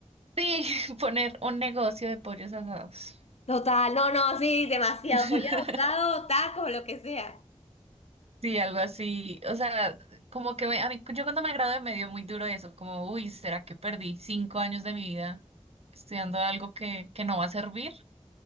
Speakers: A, on the right (about 60°); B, on the left (about 65°).
A: Sí, <laughs> poner un negocio de pollos asados.
B: Total, no, no, sí, demasiado.
A: <laughs>
B: Pollo asado, taco, lo que sea.
A: Sí, algo así. O sea, como que me- a mí, yo cuando me gradué me dio muy duro eso, como, uy, ¿será que perdí cinco años de mi vida estudiando algo que, que no va a servir?